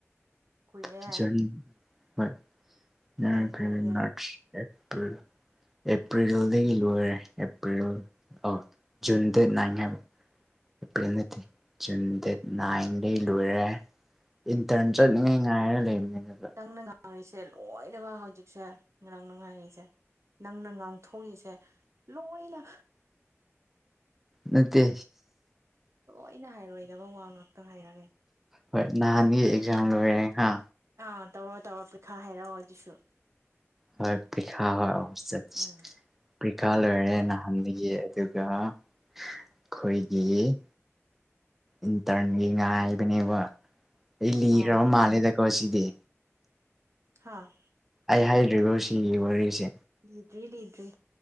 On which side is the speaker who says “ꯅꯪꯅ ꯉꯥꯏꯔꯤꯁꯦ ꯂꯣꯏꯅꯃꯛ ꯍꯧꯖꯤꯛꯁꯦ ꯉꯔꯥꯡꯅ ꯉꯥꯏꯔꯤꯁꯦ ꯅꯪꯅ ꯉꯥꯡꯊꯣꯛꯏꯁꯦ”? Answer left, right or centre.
Right